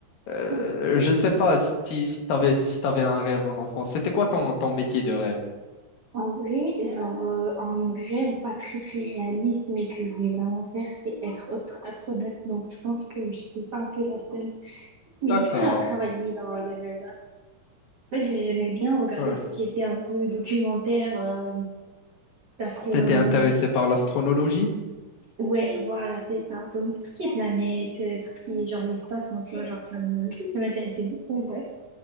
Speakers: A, on the left; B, on the right.
A: Euh,
B: oui.
A: je sais pas si, si tu avais, si t'avais un rêve en enfance. C'était quoi ton, ton métier de rêve?
B: En vrai, genre, euh, un rêve pas très très réaliste, mais que je voulais vraiment faire, c'était être astro- astronaute. Donc, je pense que j'étais pas un peu la seule. Mais
A: D'accord.
B: tu vois, genre, travailler dans la NASA. En fait, j'aimais bien regarder
A: Ouais,
B: tout ce qui était un peu documentaire, euh, d'astronomie.
A: T'étais intéressé par l'astronologie?
B: Ouais, voilà, c'est ça. Donc, tout ce qui est planète, euh, tout ce qui est genre l'espace en soi, genre, ça me, ça m'intéressait beaucoup, ouais.